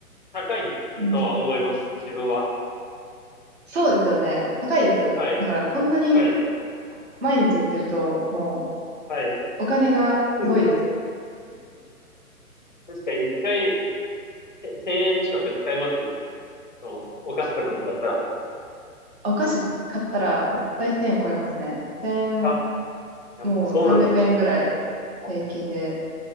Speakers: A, on the left (about 35°); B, on the right (about 45°).
A: 高いとは思います、
B: うん、
A: 自分は。
B: そうですよね。高いです。
A: はい、
B: だから、こんなに
A: はい、
B: 毎日行ってると、も
A: はい。
B: う、お金がすごいです。
A: <laughs> 確かに一回せ1000円近く使いますその、お菓子とかも買ったら。
B: お菓子買ったら、絶対1000円超えますね。1
A: あ、やっぱそうなんですよ。
B: もう300円ぐらい
A: あ
B: 平均で。